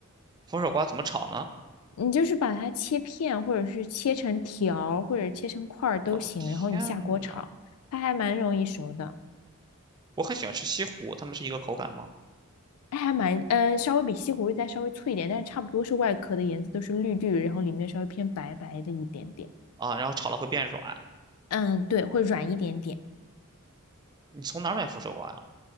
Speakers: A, on the right; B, on the left.
A: 佛手瓜怎么炒呢？
B: 你就是把它切片，或者是切成条儿或者切成块儿都行，
A: 我的天呐，
B: 然后你下锅炒，它还蛮容易熟的，
A: 我很喜欢吃西葫，它们是一个口感吗？
B: 它还蛮嗯、呃稍微比西葫芦再稍微脆一点，但是差不多是外壳的颜色都是绿绿，然后里面稍微偏白白的一点点，
A: 啊，然后炒了会变软。
B: 嗯，对，会软一点点。
A: 你从哪儿买佛手瓜呀？